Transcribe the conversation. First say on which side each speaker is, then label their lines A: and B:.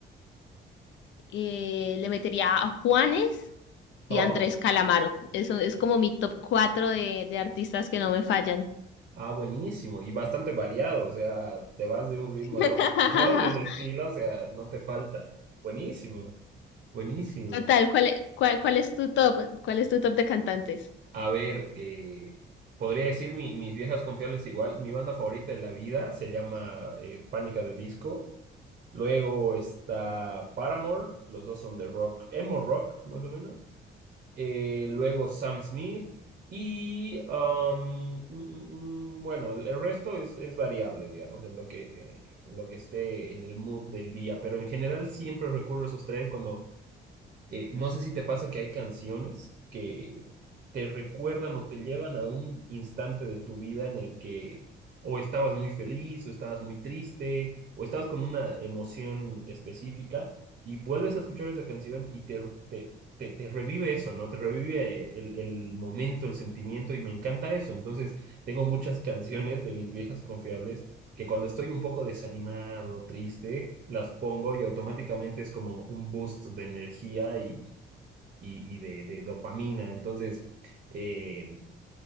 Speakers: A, on the left (about 70°); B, on the right (about 45°).
A: eh, le metería a Juanes y
B: Oh,
A: a Andrés Calamaro. Eso es como mi top 4 de, de artistas que no me fallan.
B: ah, buenísimo. Y bastante variado, o sea, te vas de un ritmo
A: <laughs>
B: al otro, ¿no? <laughs> De un estilo, o sea, no te falta. Buenísimo. Buenísimo.
A: Total, ¿cuál, e- cuál, cuál es tu top? ¿Cuál es tu top de cantantes?
B: A ver, eh, podría decir mi- mis viejas confiables igual. Mi banda favorita de la vida se llama eh, Pánica de Disco. Luego está Paramore, los dos son de rock, emo rock, más o menos. Eh, luego Sam Smith y, um, mm, mm, mm, bueno, el, el resto es, es variable, digamos, en lo que, eh, en lo que esté en el mood del día. Pero en general siempre recurro a esos tres cuando Eh, no sé si te pasa que hay canciones que te recuerdan o te llevan a un instante de tu vida en el que o estabas muy feliz o estabas muy triste o estabas con una emoción específica y vuelves a escuchar esa canción y te, te, te, te revive eso, ¿no? Te revive el, el momento, el sentimiento y me encanta eso. Entonces, tengo muchas canciones de mis viejas confiables que cuando estoy un poco desanimado, triste, las pongo y automáticamente es como un boost de energía y, y, y de, de dopamina. Entonces, eh,